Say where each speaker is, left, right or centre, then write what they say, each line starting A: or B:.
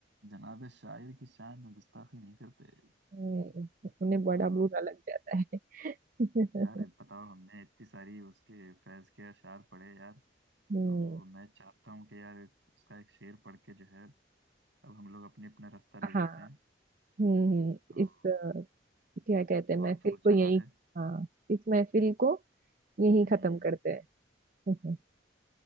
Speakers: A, on the right; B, on the right.
A: जनाब शायर की शान में गुस्ताखी नहीं करते
B: हम्म, उन्हें बड़ा
A: तो
B: बुरा लग जाता है <laughs>
A: यार बताओ हमने इतनी सारी उसके फैज के अशार पढ़े यार
B: हम्म
A: तो मैं चाहता हूँ कि यार उसका एक शेर पढ़ के जो है अब हम लोग अपने अपना रास्ता ले
B: हाँ
A: लेते हैं
B: हम्म हम्म,
A: तो
B: इस अ, क्या कहते हैं
A: वक्त
B: महफिल
A: हो
B: को
A: चला
B: यही
A: है
B: हाँ इस महफिल को यही
A: हम्म
B: खत्म करते हैं <laughs>